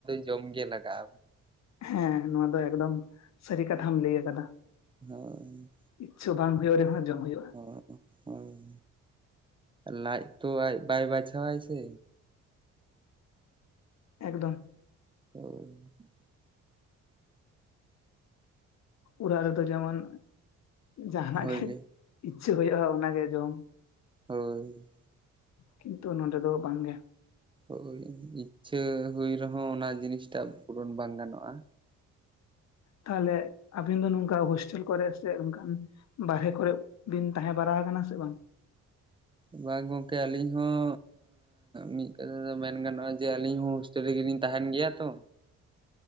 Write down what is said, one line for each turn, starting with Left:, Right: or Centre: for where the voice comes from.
Right: ᱡᱚᱢᱜᱮ ᱞᱟᱜᱟᱜᱼᱟ
Left: ᱦᱮᱸ ᱱᱚᱶᱟ ᱫᱚ ᱮᱜᱽᱫᱚᱢ ᱥᱟᱹᱨᱤ ᱠᱟᱛᱷᱟᱢ ᱞᱟᱹᱭ ᱟᱠᱟᱫᱟ
Right: ᱦᱳᱭ
Left: ᱤᱪᱪᱷᱷᱟ ᱵᱟᱝ ᱛᱟᱦᱮ ᱞᱮᱠᱷᱟᱡ ᱡᱟ ᱦᱩᱭᱩᱜ -ᱟ
Right: ᱦᱚ ᱦᱳᱭ ᱞᱟᱡ ᱛᱚ ᱟᱡ ᱵᱟᱭ ᱵᱟᱪᱷᱟᱣᱟᱭ ᱥᱮ
Left: ᱮᱠᱫᱚᱢ
Right: ᱦᱳᱭ
Left: ᱯᱩᱨᱟ. ᱱᱤᱛᱚᱜ ᱡᱮᱢᱚᱱ ᱡᱟᱦᱱᱟᱜ
Right: ᱦᱳᱭᱞᱮ
Left: ᱜᱮ ᱤᱪᱪᱷᱟᱹ ᱦᱩᱭᱩᱜᱼᱟ ᱚᱱᱟᱜᱮ ᱡᱚᱢ
Right: ᱦᱳᱭ
Left: ᱠᱤᱱᱛᱩ ᱱᱚᱰᱮ ᱫᱚ ᱵᱟᱝ ᱜᱮ
Right: ᱦᱳᱭ ᱤᱪᱷᱟᱹ ᱦᱩᱭ ᱨᱮᱦᱚᱸ ᱚᱱᱟ ᱡᱤᱱᱤᱥᱴᱟᱜ ᱯᱩᱨᱚᱱ ᱵᱟᱝ ᱜᱟᱱᱚᱜᱼᱟ
Left: ᱛᱟᱦᱞᱮ ᱟᱵᱤᱱ ᱫᱚ ᱱᱚᱝᱠᱟ ᱦᱳᱥᱴᱮᱞ ᱠᱚᱨᱮ ᱪᱮᱫ ᱚᱱᱠᱟᱱ ᱵᱟᱨᱮ ᱚᱨᱮ ᱵᱤᱱ ᱛᱟᱦᱮᱸ ᱵᱟᱲᱟ ᱟᱠᱟᱱᱟ ᱥᱮ ᱵᱟᱝ?
Right: ᱵᱟᱝ ᱜᱚᱝᱠᱮ ᱟᱞᱤᱧ ᱦᱚᱸ ᱢᱤᱫ ᱠᱟᱛᱷᱟ ᱫᱚ ᱢᱮᱱ ᱜᱟᱱᱚᱜᱼᱟ ᱡᱮ ᱟᱞᱤᱧ ᱦᱚᱸ ᱴᱮᱞ ᱨᱮᱜᱮᱞᱤᱧ ᱛᱟᱦᱮᱱ ᱜᱮᱭᱟ ᱛᱚ
Left: <inaudible>